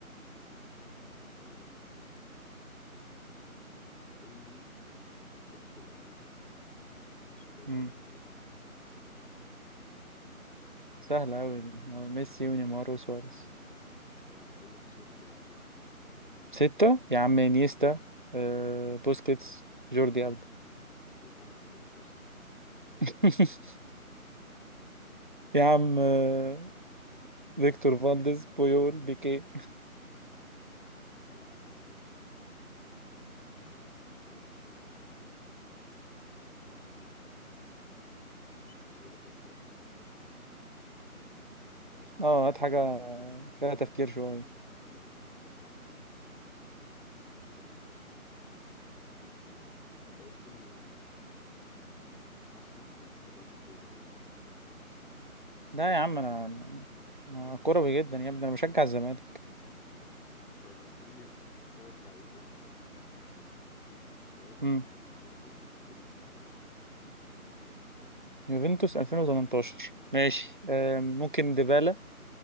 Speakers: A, in the centre; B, on the right.
A: أسألك يا عم بص قول لي ست لعيبة من سكواد
B: امم
A: برشلونة 2015
B: سهلة أوي دي آه، ميسي ونيمار وسواريز
A: لا، بقول لك ست لعيبة
B: ستة يا عم انيستا آه، بوسكيتس جوردي ألبا
A: خلاص يا عم خليهم تسعة
B: <laughs> يا عم آه، فيكتور فالديز بويول بيكي
A: يا عم ماشي طيب أسألك سؤال كمان آه، بص أنا عايز أجيب لك سؤال صعب أصلا مش عايز أجيب
B: اه
A: لك حاجة
B: هات حاجة
A: سهلة
B: فيها تفكير شوية
A: ماشي انت اصلا حاسس إن انت ما بتتابعش كورة قوي
B: لا يا عم انا أنا كروي جدا يا ابني انا بشجع الزمالك
A: طيب بص السؤال ده قول لي ثلاث لعيبة من سكواد
B: امم
A: يوفنتوس 2018
B: يوفنتوس 2018 ماشي آه، ممكن ديبالا